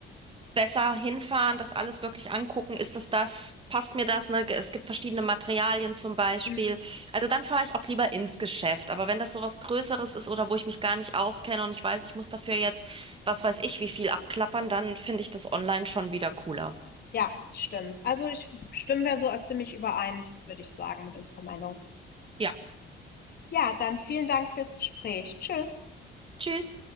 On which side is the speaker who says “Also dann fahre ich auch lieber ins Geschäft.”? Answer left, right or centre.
Right